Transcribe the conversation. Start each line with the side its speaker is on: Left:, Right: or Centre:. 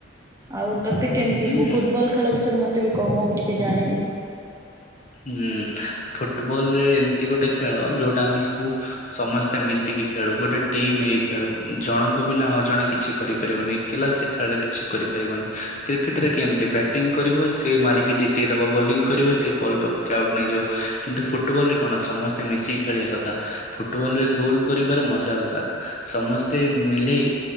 Right: ଆଉ ତତେ କେମିତି
Left: ହୁଁ।
Right: ଫୁଟବଲ ଖେଳ ବିଷୟରେ ମତେ ବି କହ ମୁଁ ବି ଟିକେ ଜାଣିବି।
Left: ହୁଁ ଫୁଟବଲ ରେ ଏ ମିତି ଗୋଟେ ଖେଳ ଯୋଉଟା ଆମେ ସବୁ ସମସ୍ତେ ମିଶିକି ଖେ ଳୁ ଗୋଟେ ଟିମ୍ ହେଇ ଖେଳୁ ଜଣଙ୍କୁ ବିନା ଆଉଜଣେ କିଛି କରିପାରିବନି ଏକଲା ସେ ଖେଳରେ କିଛି କରିପାରିବନି। କ୍ରିକେଟ ରେ କେମିତି ବ୍ୟାଟିଂ କରିବ ସେ ମାରିକି ଜିତେଇଦବ ବୋଲିଂ କରିବ ସେ ବଲ୍ ପକେଇକି ଆଉଟ୍ ନେଇଯିବ କିନ୍ତୁ ଫୁଟବଲ ରେ କଣ ସମସ୍ତେ ମିଶିକି ଖେଳିବା କଥା ଫୁଟବଲ ରେ ଗୋଲ କରିବାର ମଜା ଅଲଗା ସମସ୍ତେ ମିଲେଇ